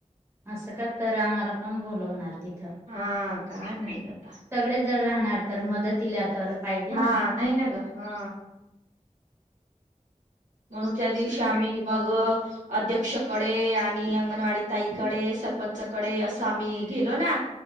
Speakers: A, on the right; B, on the right.
A: असं का तर आम्हाला पण बोलवणार तिथं
B: हा, काय माहित? -
A: सगळे जर राहणार तर मदतीला तर पाहिजे
B: हा
A: ना
B: नाही ना ग? हा म्हणून त्या दिवशी आम्ही मग अध्यक्षकडे आणि अंगणवाडी ताईकडे, सरपंचकडे असं आम्ही गेलो ना?